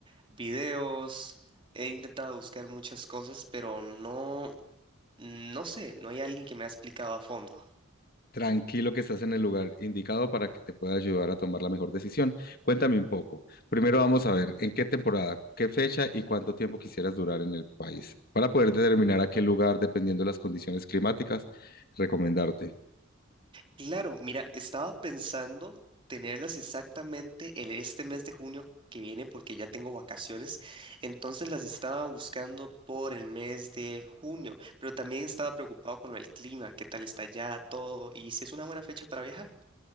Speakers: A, on the right (about 25°); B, on the left (about 45°).
A: videos, he intentado buscar muchas cosas, pero no, no sé, no hay alguien que me ha explicado a fondo.
B: Tranquilo que estás en el lugar indicado para que te pueda ayudar a tomar la mejor decisión. Cuéntame un poco. Primero vamos a ver en qué temporada, qué fecha y cuánto tiempo quisieras durar en el país para poder determinar a qué lugar, dependiendo de las condiciones climáticas, recomendarte.
A: Claro, mira, estaba pensando tenerlas exactamente el, este mes de junio que viene porque ya tengo vacaciones, entonces las estaba buscando por el mes de junio, pero también estaba preocupado con el clima, qué tal está ya todo y si es una buena fecha para viajar.